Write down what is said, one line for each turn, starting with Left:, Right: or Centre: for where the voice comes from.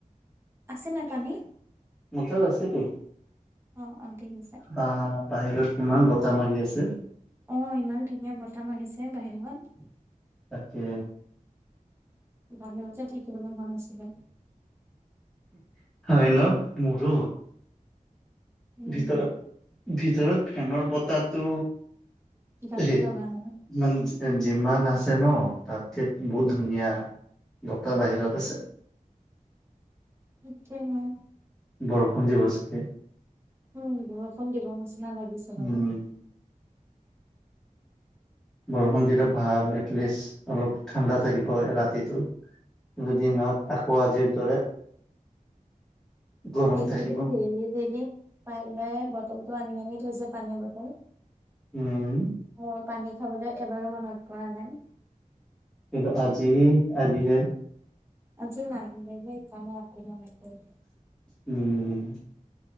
Right: আছে নাই পানী?
Centre: মৰ তাত আছে তো।
Right: অ, অ। ঠিক আছে
Centre: বা বাহিৰত কিমান বতাহ মাৰি আছে।
Right: অ ইমান ধুনীয়া বতাহ মাৰিছে বাহিৰত।
Centre: তাকে।
Right: বাহিৰত যে থাকিবলৈ মন আছিলে।
Centre: অঁ হেল্ল' মোৰো।
Right: উম।
Centre: ভিতৰত ভিতৰত ফেনৰ বতাহটো
Right: গাতে
Centre: হে
Right: লগা নাই
Centre: মানে যিমান আছে ন তাত ঠেকি বহুত ধুনীয়া বতাহ বাহিৰত আছে। <inaudible>
Right: তাকে হে।
Centre: বৰষুণ দিব চাগে
Right: উম বৰষুণ দিবা নিচিনা লাগিছে জানোঁ
Centre: উম বৰষুণ দিলে ভাল এটলিষ্ট অলপ ঠাণ্ডা থাকিব ৰাতিটো দুদিনত আকৌ আজিৰ দৰে গৰম
Right: এইকেইদিন
Centre: থাকিব
Right: ডেইলি ডেইলি পাৰাই বটলটো আনি আনি থৈছে পানীৰ বটল
Centre: উম
Right: মোৰ পানী খাবলৈ এবাৰো মনত পৰা নাই
Centre: কি আজি আজিহে
Right: আজি নাই যে সেইকাৰণে আকৌ মনত পৰিলে
Centre: উম